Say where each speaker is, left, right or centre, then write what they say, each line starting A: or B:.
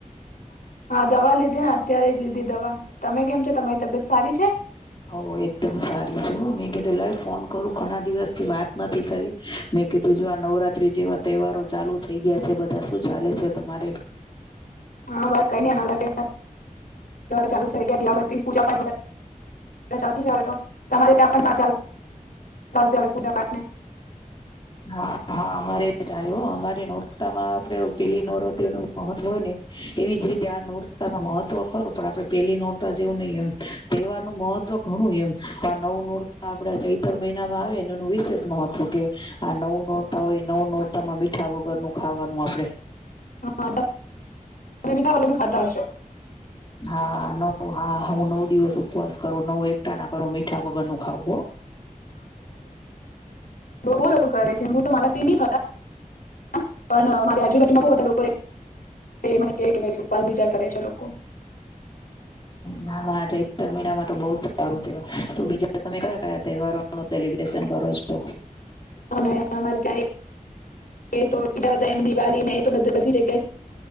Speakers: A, on the left; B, on the left.
A: હા દવા લીધી ને અત્યારે જ લીધી દવા. તમે કેમ છો તમારી તબિયત સારી છે
B: ઓ એકદમ સારી જો હ મે કે પ લ ફોન કરું ઘણા દિવસ થી વાત નથી થઈ મેં કીધું જો આ નવરાત્રી જેવા તહેવારો ચાલુ થઈ ગયા છે બધા શું ચાલે છે તમારે?
A: હા બસ કઈ ન નવરાત્રી ચાલુ થઈ ગયા દીવાબતી પૂજા પાઠ ચાલ તો તમારે ત્યાં પણ પૂજા પાઠને
B: હા હા અમારે ચાલે અમારે નોરતામાં આપડે પેલી નવરાત્રી નું મહત્વ હોય ને એવી જ રીતે આ નોરતામાં મહત્વ ખરું પણ આપણે પેલી નોરતા જેવું નહી એમ તહેવાર નું મહત્વ ઘણું એમ નવું નોરતા આપડા ચૈતર મહિનામાં આવેને એનું વિશેષ મહત્વ કે આ નવું નોરતા હોય નવું નોરતામાં મીઠા વગરનું ખાવાનું આપડે.
A: હા, તમે મીઠા વગર નું ખાતા હશો.
B: હા નવ હા હું નવ દિવસ ઉપવાસ કરો નવ એક ટાણા પણ હું મીઠા વગર નું ખાવું હો.
A: રો રો કરે છે હું તો મારા થી નઈ થતા હ પણ મારી આજુબાજ માં બઉ બધા લોકો એ એ મ એ ઉપવાસ બીજા કરે છે લોકો.
B: ના ના ચૈતર મહિનામાં તો બઉ સારું તહેવાર શું બીજા તમે કયા-કયા તહેવારો નો સેલિબ્રેશન કરો છો.
A: તો મેં અમાર ગાઈ તેતો બીજા બધા એમ દિવાળી નઈ તો બધ બધી જગ્યા